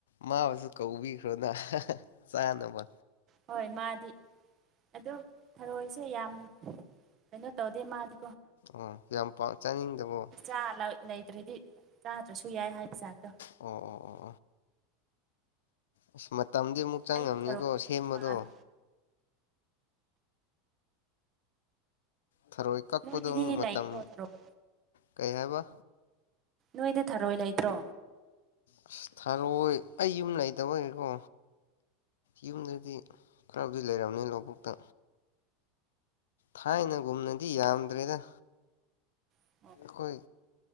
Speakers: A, on the left; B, on the right.
A: ꯃꯥꯕꯨꯁꯨ ꯀꯧꯕꯤꯈ꯭ꯔꯣꯅ ꯆꯥꯅꯕ
B: ꯍꯣꯏ ꯃꯥꯗꯤ ꯑꯗꯨꯝ ꯊꯔꯣꯏꯁꯦ ꯌꯥꯝ ꯀꯩꯅꯣ ꯇꯧꯗꯦ ꯃꯥꯗꯤ
A: ꯑꯣ ꯌꯥꯝ ꯄꯥꯝ ꯆꯥꯅꯤꯡꯗꯕꯣ
B: ꯥ ꯂꯩꯗ꯭ꯔꯗꯤ ꯆꯥꯗ꯭ꯔꯁꯨ ꯌꯥꯏ ꯍꯥꯏꯗꯤ ꯆꯥꯗꯣ
A: ꯑꯣ ꯑꯣ ꯑꯣ ꯑꯣ ꯑꯁ ꯃꯇꯝꯗꯤ ꯑꯃꯨꯛ ꯆꯪꯉꯝꯅꯤꯀꯣ
B: ꯑꯩꯗꯤ ꯊꯔꯣꯏ ꯑꯗꯨꯝ
A: ꯁꯦꯝꯕꯗꯣ꯫
B: ꯄꯥꯝꯃꯦ
A: ꯊꯔꯣꯏ ꯀꯛꯄꯗꯨꯛ
B: ꯅꯣꯏꯗꯗꯤ
A: ꯃꯇꯝ
B: ꯂꯩꯇ꯭ꯔꯣ ꯊꯔꯣꯏ
A: ꯀꯩ ꯍꯥꯏꯕ
B: ꯅꯣꯏꯗ ꯊꯥꯔꯣꯏ ꯂꯩꯇ꯭ꯔꯣ꯫
A: ꯑꯁ ꯊꯥꯔꯣꯏ ꯑꯩ ꯌꯨꯝ ꯂꯩꯇꯕꯒꯤꯀꯣ ꯌꯨꯝꯗꯗꯤ꯫ ꯈꯔꯕꯨꯗꯤ ꯂꯩꯔꯕꯝꯅꯤ ꯂꯧꯕꯨꯛꯇ ꯊꯥꯏꯅꯒꯨꯝꯅꯗꯤ ꯌꯥꯝꯗ꯭ꯔꯦꯗ꯫
B: ꯍꯧꯖꯤꯛ
A: ꯑꯈꯣꯏ